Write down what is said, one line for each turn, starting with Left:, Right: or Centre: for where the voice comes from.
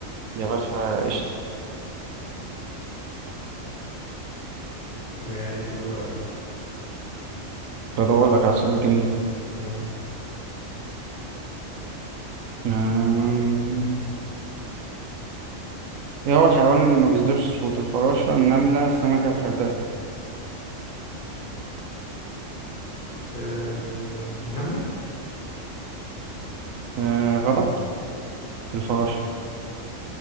Right: يا باشا قشطة
Left: <laughs> ماشي دورك بقى
Right: بدور لك على سؤال جميل
Left: ماشي
Right: آم، ايه هو الحيوان اللي ما بيصدرش صوت الفراشة النملة السمكة الحرباء
Left: أه... نملة
Right: آه غلط الفراشة